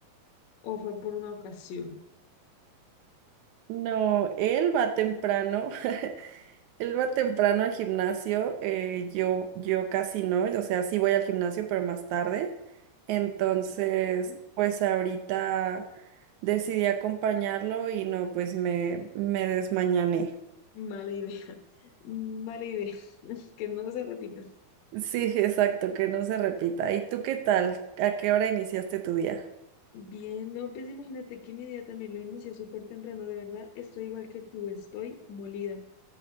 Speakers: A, on the left (about 65°); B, on the right (about 85°).
A: o fue por una ocasión?
B: No, él va temprano. <laughs> Él va temprano al gimnasio, eh, yo, yo casi no, o sea, sí voy al gimnasio, pero más tarde. Entonces,
A: Ok.
B: pues ahorita decidí acompañarlo y no, pues me, me desmañané.
A: Mala idea, <laughs> mala idea, <laughs> que no se repita.
B: Sí, <laughs> exacto, que no se repita. ¿Y tú qué tal? ¿A qué hora iniciaste tu día?
A: Bien, no, pues imagínate que mi día también lo inicié súper temprano, de verdad, estoy igual que tú, estoy molida.